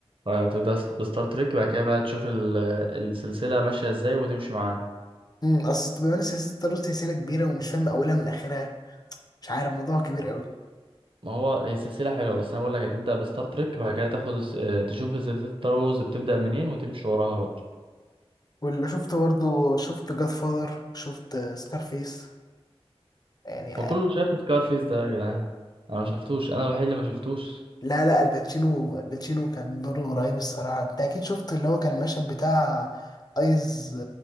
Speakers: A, on the right; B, on the left.
A: آه، هتبدأ س- بستار تريك بعد كده بقى تشوف ال- السلسلة ماشية ازاي وتمشي معاها
B: امم اصل بما ان سلسله ستار وورز سلسله كبيره ومش فاهم اولها من اخرها مش عارف الموضوع كبير قوي
A: ما هو هي سلسلة حلوة بس أنا بقول لك هتبدأ بستار تريك بعد كده تاخد الس- آه، تشوف سلسلة ستار وورز بتبدأ منين وتمشي وراها بقى
B: واللي شفته برضه شفت جاد فاذر شفت سكارفيس يعني
A: وكله شاف سكارفيس ده يا جدعان أنا ما شفتوش أنا الوحيد اللي ما شفتوش
B: لا لا الباتشينو الباتشينو كان دوره رهيب الصراحة انت اكيد شفت اللي هو كان المشهد بتاع ايز